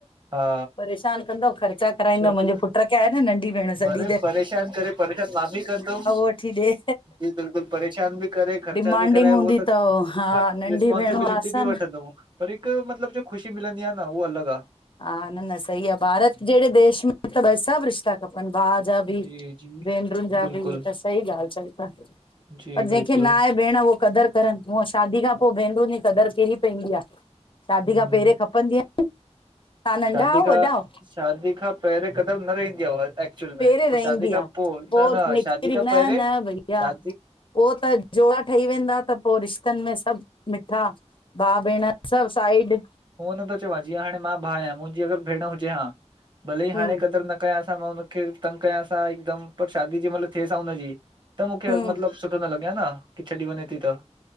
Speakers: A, on the right (about 40°); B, on the left (about 45°).
A: हा
B: परेशान कंदव ख़र्चा कराईंदव
A: छोकी
B: मुंजे पुट्र के आहे न नंढी भेण सॼी
A: अरे
B: देर
A: परेशान करे परेशान मां बि कंदुम,
B: वठी ॾे
A: जी बिल्कुल परेशान बि करे खर्चा
B: डिमांडिंग
A: बि कराए
B: हूंदी
A: उहो त,
B: अथव हा
A: बट
B: नंढी
A: रेस्पो स्पांसिबिलिटी
B: भेणूं आसन
A: बि वठंदुम, पर हिक मतलब जो ख़ुशी मिलंदी आ न उहा अलॻ आ।
B: हा न न सही आ भारत जेड़े देश में त भई सभ रिश्ता खपन भा जा
A: जी,
B: बि,
A: जी।
B: भेनरुन जा
A: बिल्कुलु,
B: बि हे त सही ॻाल चओ ता
A: जी
B: पर जेखे
A: बिल्कुलु,
B: न आहे भेण हो कदर करन हूअ शादी खां पो भेनरून जी कदर की पेंदी आ, शादी
A: हम्म,
B: खां पेहरे खपंदी आ। तव्हां नंढा
A: शादी
B: आयो
A: खां,
B: वॾा आयो
A: शादी खां पेहरें कदर न रहंदी आ एक्चुअल
B: पेरे
A: में,
B: रहंदी
A: पो शादी
B: आ,
A: खां न
B: पो
A: न
B: निकरी
A: शादी खां
B: न
A: पहिरें
B: न भईया
A: शादी
B: पो त जोड़ा ठही वेंदा त पो रिश्तन में सभ मिठा भा भेण सभ साइड।
A: हूअ नथो चवां जीअं हाणे मां भा आहियां मुंजी अगर भेण हुजे हा, भले
B: हम्म
A: ही हाणे कदर न त कयांस मां हुनखे तंग कयांस हा हिकदम पर शादी जी मल थेसा हुनजी त मूंखे
B: हम्म
A: मतलब सुठो न लॻे हा न की छॾी वञे थी त।